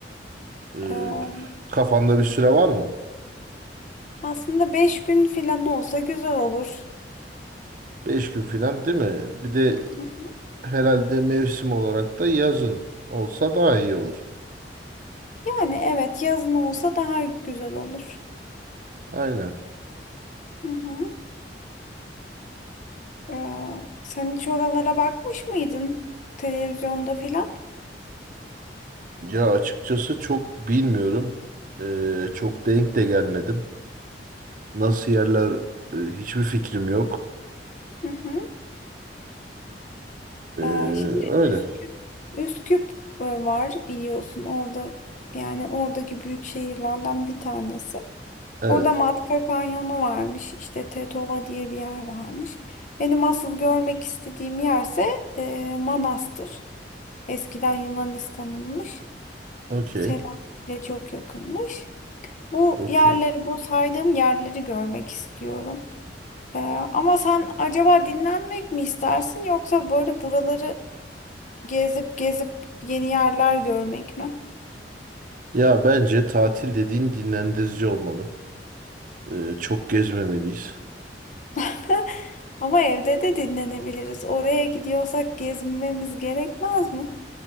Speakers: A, on the right; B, on the left.
A: Ee,
B: Eee,
A: kafanda bir süre var mı?
B: Aslında beş gün falan olsa güzel olur.
A: Beş gün falan değil mi? Bir de
B: Hı hı.
A: herhalde mevsim olarak da yazın olsa daha iyi olur.
B: Yani evet yazın olsa daha güzel olur.
A: Aynen.
B: Hı hı. Eee, Sen hiç oralara bakmış mıydın televizyonda filan?
A: Ya açıkçası çok bilmiyorum. Ee, çok denk de gelmedim. Nasıl yerler e, hiçbir fikrim yok.
B: Hı hı.
A: Ee,
B: Ee, şimdi
A: öyle.
B: Üsküp, Üsküp e, var biliyorsun orada yani oradaki büyük şehirlerden bir tanesi.
A: Evet.
B: Orada Matka Kanyonu varmış işte Tetova diye bir yer varmış. Benim asıl görmek istediğim yerse e, Manastır. Eskiden Yunanistan'ınmış.
A: Okey.
B: Selanik'le çok yakınmış. Bu
A: Okey.
B: yerleri bu saydığım yerleri görmek istiyorum. Ee, ama sen acaba dinlenmek mi istersin yoksa böyle buraları Gezip gezip yeni yerler görmek mi?
A: Ya bence tatil dediğin dinlendirici olmalı. Ee, çok gezmemeliyiz.
B: <laughs> Ama evde de dinlenebiliriz. Oraya gidiyorsak gezmemiz gerekmez mi?